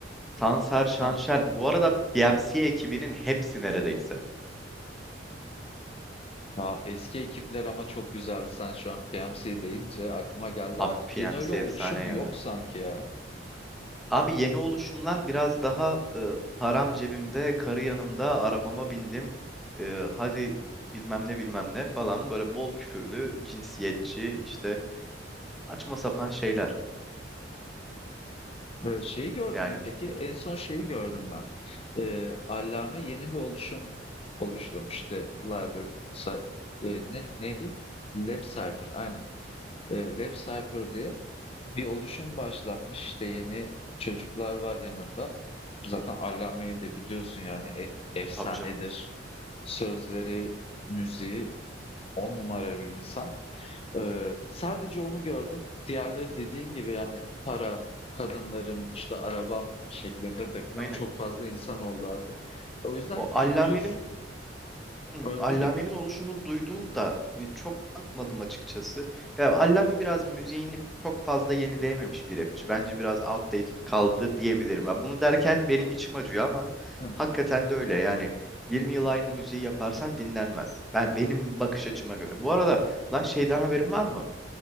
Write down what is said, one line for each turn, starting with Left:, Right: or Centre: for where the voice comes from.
Centre: Tansar,
Left: Sen?
Centre: Şanşer. Bu arada PMC ekibinin hepsi neredeyse.
Left: Ya, eski ekipler ama çok güzeldi. Sen şu an PMC deyince aklıma geldi. Artık
Centre: Abi PMC
Left: yeni öyle oluşum
Centre: efsane
Left: yok
Centre: ya.
Left: sanki ya.
Centre: Abi yeni oluşumlar biraz daha e, param cebimde, karı yanımda, arabama bindim. E, hadi bilmem ne bilmem ne falan böyle bol küfürlü, cinsiyetçi işte saçma sapan şeyler.
Left: Eee, şeyi gördün
Centre: Yani
Left: mü peki? En son şeyi gördüm ben. Eee, Allame yeni bir oluşum oluşturmuş. İşte Liber Cy eee, ne neydi? LabCypher. Aynen. e, Lab Cypher diye bir oluşum başlatmış. İşte yeni çocuklar var yanında. Zaten Allame'yi de biliyorsun yani e- efsanedir.
Centre: e, tabii canım.
Left: Sözleri, müziği on numara bir insan. Ee, sadece onu gördüm. Diğerleri dediğin gibi yani param, kadınlarım, işte arabam şeklinde takılan
Centre: Aynen.
Left: çok fazla insan oldu artık. O yüzden
Centre: O
Left: kültür
Centre: Allame'nin Hı,
Left: öldü
Centre: Allame'nin
Left: gibi.
Centre: oluşumu duydum da e, çok bakmadım açıkçası. Ya Allame biraz müziğini çok fazla yenileyememiş bir rapçi. Bence biraz outdated kaldı diyebilirim. Ya bunu derken benim içim acıyor ama
Left: Hı.
Centre: hakikaten de öyle. Yani 20 yıl aynı müziği yaparsan dinlenmez. Ben benim bakış açıma göre. Bu arada lan şeyden haberin var mı?